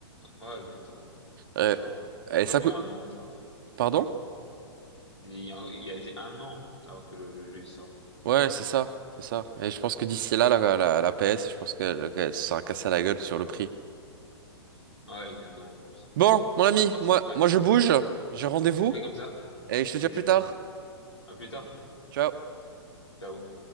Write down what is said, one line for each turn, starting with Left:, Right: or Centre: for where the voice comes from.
Left: Ouais, exactement.
Right: Euh,
Left: Il sera,
Right: et
Left: après
Right: ça
Left: j'ai
Right: coûte...
Left: un an, ça va.
Right: Pardon?
Left: Il y a, il y a- j'ai un an avant que le, le jeu il sorte. c'est-
Right: Ouais, c'est ça, c'est ça. Et je pense que d'ici
Left: Ouais.
Right: là, la, la, la PS, je pense qu'elle qu'elle se sera cassée à la gueule sur le prix.
Left: Ouais, exactement, en plus, en
Right: Bon,
Left: plus.
Right: mon ami,
Left: À part,
Right: moi,
Left: ouais.
Right: moi je bouge, j'ai rendez-vous,
Left: On fait comme ça.
Right: et je te
Left: Vas-y,
Right: dis à plus
Left: vas-y.
Right: tard.
Left: À plus tard.
Right: Ciao.
Left: Ciao.